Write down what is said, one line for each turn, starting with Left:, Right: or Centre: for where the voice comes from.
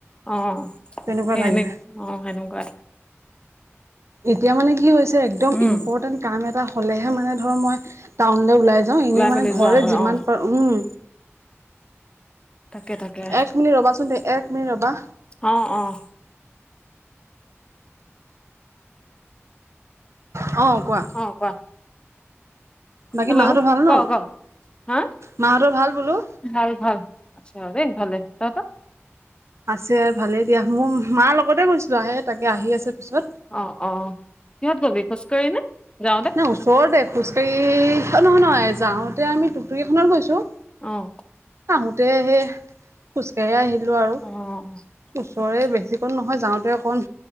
Left: অ
Right: তেনেকুৱা
Left: সেই
Right: লাগে
Left: সেনে অ সেনেকুৱা।
Right: এতিয়া মানে কি হৈছে একদম
Left: উম,
Right: ইম্পৰ্টেন্ট কাম এটা হলেহে মানে ধৰ মই টাউনলে ওলাই যাও এনেই মানে
Left: মেলি
Right: ঘৰে
Left: যোৱা হয়
Right: যিমান
Left: অ',
Right: পাৰো উম
Left: তাকে তাকে
Right: এক মিনিট ৰবাচোন দে এক মিনিট ৰবা।
Left: অ', অ',
Right: অ কোৱা
Left: অ কোৱা।
Right: বাকী
Left: হেল্ল'
Right: মাহতৰ ভাল
Left: ক
Right: ন?
Left: ক হা
Right: মাহঁতৰ ভাল বোলো
Left: ভাল ভাল আছে দেই ভালে। তহতৰ?
Right: আছে ভালেই দিয়া মোৰ মাৰ লগতে গৈছিলো আহে তাকে আহি আছে পিছত
Left: অ অ কিহত গলি খোজকাঢ়ি নে? যাওঁতে
Right: নাই ওচৰতে খোজকাঢ়ি নহয় নহয় যাওঁতে আমি টোকটোকি খনত গৈছো।
Left: অহ
Right: আহোতে সে খোজকঢ়ি আহিলো। আৰু
Left: অ',
Right: ওচৰে
Left: আচ্ছা
Right: বেছি কন নহয় যাওঁতে অকন